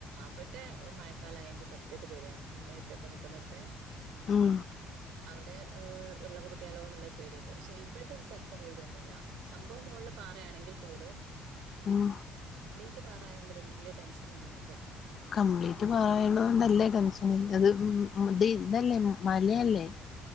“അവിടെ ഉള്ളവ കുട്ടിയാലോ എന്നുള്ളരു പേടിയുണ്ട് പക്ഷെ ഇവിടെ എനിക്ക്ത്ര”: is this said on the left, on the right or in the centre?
Right